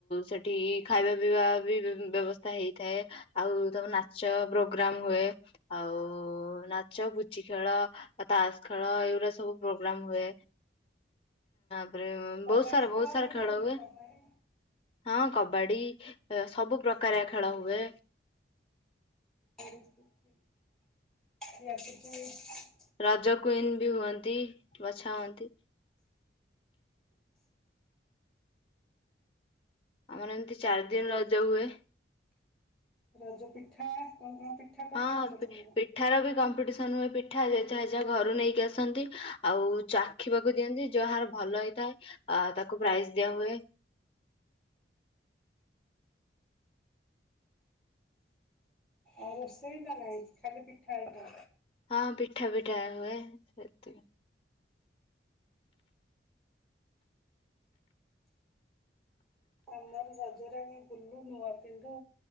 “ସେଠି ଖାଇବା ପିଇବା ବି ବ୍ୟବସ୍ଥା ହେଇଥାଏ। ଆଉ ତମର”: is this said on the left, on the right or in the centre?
Left